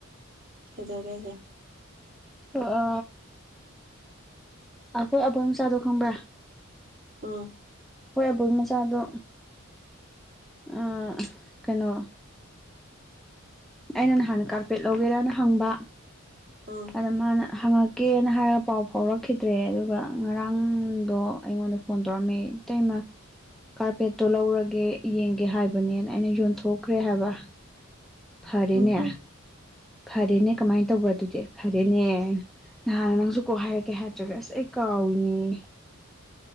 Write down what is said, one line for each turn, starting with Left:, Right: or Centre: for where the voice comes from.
Right: ꯀꯩꯗꯩꯔꯒꯦ ꯍꯥꯏꯖꯦ
Centre: ꯍꯣꯢ ꯑ ꯑꯩꯈꯣꯏ ꯑꯗꯣꯝ ꯆꯥꯗꯣ ꯈꯪꯕ꯭ꯔꯥ
Right: ꯎꯝ
Centre: ꯑꯩꯈꯣꯏ ꯑꯕꯣꯏ ꯃꯆꯥꯗꯣ ꯑ ꯀꯩꯅꯣ ꯑꯩꯅ ꯅꯍꯥꯟ ꯀꯥꯔꯄꯦꯠ ꯂꯧꯒꯦꯔꯅ ꯍꯪꯕ
Right: ꯎꯝ
Centre: ꯑꯗ ꯃꯥꯅ ꯍꯪꯉꯛꯀꯦꯅ ꯍꯥꯏꯔꯒ ꯄꯥꯎ ꯐꯥꯎꯔꯛꯈꯤꯗ꯭ꯔꯦ ꯑꯗꯨꯒ ꯉꯔꯥꯡꯗꯣ ꯑꯩꯉꯣꯟꯗ ꯐꯣꯟ ꯇꯧꯔꯛ ꯑꯝꯃꯦ ꯑꯇꯩꯃ ꯀꯥꯔꯄꯦꯠꯇꯣ ꯂꯧꯔꯒꯦ ꯌꯦꯡꯒꯦ ꯍꯥꯏꯕꯅꯦꯅ ꯑꯩꯅ ꯌꯣꯟꯊꯣꯛꯈ꯭ꯔꯦ ꯍꯥꯏꯕ ꯐꯔꯦꯅꯦ
Right: ꯎꯝꯍꯨꯝ
Centre: ꯐꯔꯦꯅꯦ ꯀꯃꯥꯏ ꯇꯧꯕ ꯑꯗꯨꯗꯤ ꯐꯔꯦꯅꯦ ꯅꯍꯥꯟꯅ ꯅꯪꯁꯨ ꯀꯣꯛ ꯍꯥꯏꯔꯛꯀꯦ ꯍꯥꯏꯇ꯭ꯔꯒ ꯑꯁ ꯑꯩ ꯀꯥꯎꯔꯤꯅꯦꯌꯦ